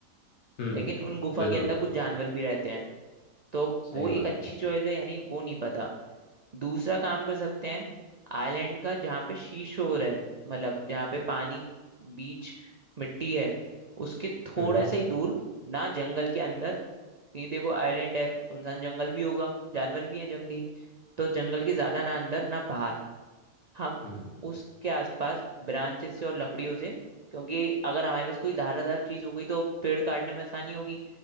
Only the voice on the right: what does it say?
लेकिन उन गुफा
के अंदर कुछ जानवर भी रहते हैं तो
वो
एक अच्छी
चॉइस है यानी वो नहीं पता दूसरा काम कर सकते हैं आइलैंड का जहाँ पे सी शोर है मतलब जहाँ पे पानी बीच मिट्टी है उसके थोड़ा
सा ही दूर ना जंगल के अंदर कहीं देखो आइलैंड है सुनसान जंगल भी होगा जानवर भी हैं जंगली तो जंगल के ज्यादा ना अंदर ना बाहर हम
उसके आसपास ब्रांचेस से और लकड़ियों से क्योंकि अगर हमारे पास कोई धाराधार चीज हो गई तो पेड़ काटने में आसानी होगी